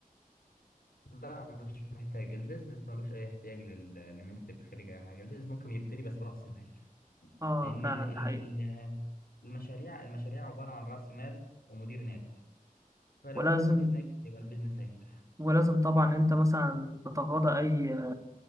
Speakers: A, on the left (about 90°); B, on the right (about 20°).
A: لا مش محتاج البيزنس ملوش اي احتياج لل... لان انت تبقى خارج اي حاجه البيزنس ممكن يبتدي بس براس المال
B: اه
A: لان
B: فعلا
A: ال... ال...
B: ده حقيقي
A: ال... المشاريع المشاريع عباره عن راس مال ومدير ناجح فلو
B: ولازم
A: انت مدير ناجح يبقى البيزنس هينجح
B: ولازم طبعا ان انت مثلا تتغاضى اي